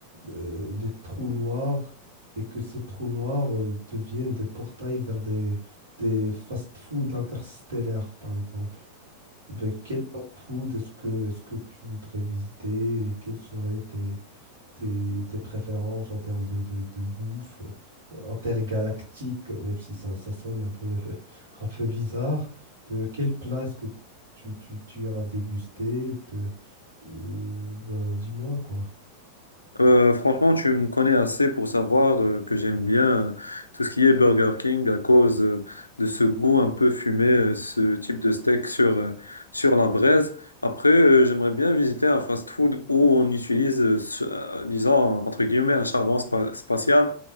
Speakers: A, on the right; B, on the left.
A: euh, des trous noirs et que ces trous noirs euh, deviennent des portails vers des, des fast-food interstellaires, par exemple. Ben, quel fast-food est-ce que, est-ce que tu voudrais visiter et quels seraient tes, tes préférences en termes de, de, de bouffe euh, intergalactique, même si ça, ça sonne un peu, <laughs> un peu bizarre. Euh, quel plat est-ce que tu, tu, tu iras déguster? te- euh, bah, dis-moi quoi.
B: Euh, franchement, tu me connais assez pour savoir euh, que j'aime bien euh, tout ce qui est Burger King à cause euh, de ce goût un peu fumé, euh, ce type de steak sur, euh, sur la braise. Après, euh, j'aimerais bien visiter un fast-food où on utilise, euh, ce- euh, disons, entre guillemets, un charbon spa- spatial